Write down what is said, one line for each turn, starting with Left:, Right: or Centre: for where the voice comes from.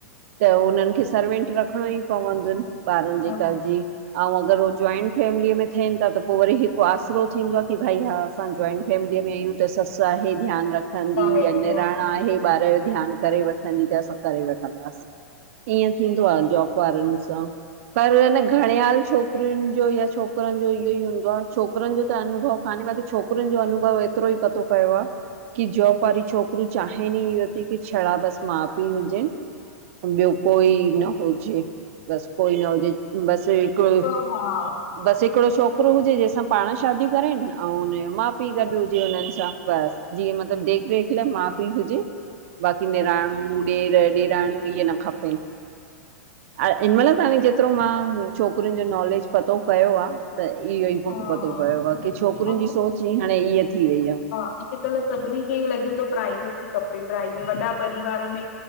Right: त उन्हनि खे सर्वेंट रखिणो ई पवंदुनि। ॿारनि
Left: हा
Right: जे कर जी। अऊं अगरि हो जॉइंट फैमिलीअ में थियनि ता त पोइ वरी हिकु आसरो थींदो आ की भई हा। असां जॉइंट फैमिलीअ में आहियूं त ससु आहे ध्यानु रखंदी
Left: आहे
Right: या निराणु
Left: हा हा
Right: आहे
Left: हा
Right: ॿारि जो ध्यानु करे वठंदी त असां करे वठंदासीं। ईअं थींदो आ जॉबु वारनि सां, परु घणे हालि छोकिर छोकिरियुनि जो या छोकिरनि जो इहो ई हूंदो आ। छोकिरनि जो त अनुभव कान्हे, बाक़ी छोकिरियुनि जो अनुभव ऐ ऐतिरो ई पतो पयो आ। की जॉबु वारी छोकरियुं चाहिनि न इयो ती की, छड़ा बसि माउ- पीउ हुजनि। ॿियो कोई न हुजे- बस कोई न हुजे बसि हिकु
Left: हा
Right: बसि हिकिड़ो छोकिरो हुजे, जंहिंसां पाणु शादियूं करनि अऊं हुनजो माउ- पीउ गॾु हुजे हुननि सां, बसि। जीअं मतिलबु देख- रेख लाइ माउ -पीउ हुजे, बाक़ी निणानु अऊं ॾेर- ॾेराणियूं इअ न खपेन। हिनि महिलु ताणि जेतिरो मां छोकिरियुनि जो नॉलेजु पतो कयो आ। त इहो ई मुखे
Left: हा
Right: पतो पियो आ की, छोकिरियुनि जी सोचु ई हाणे ईअ थी वई आ।
Left: अॼुकल्हि सभिनी खे ईअं लॻे तो, प्राइवेसी खपे प्राइवे वॾा परिवारु में